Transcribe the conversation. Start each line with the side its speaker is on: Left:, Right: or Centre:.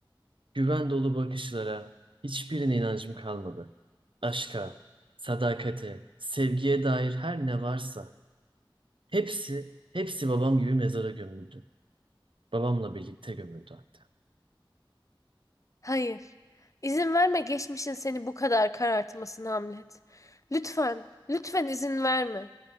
Right: güven dolu bakışlara hiçbirine inancım kalmadı. Aşka, sadakate, sevgiye dair her ne varsa hepsi, hepsi babam gibi mezara gömüldü. Babamla birlikte gömüldü hatta.
Left: Hayır. İzin verme geçmişin seni bu kadar karartmasına Hamlet. Lütfen, lütfen izin verme.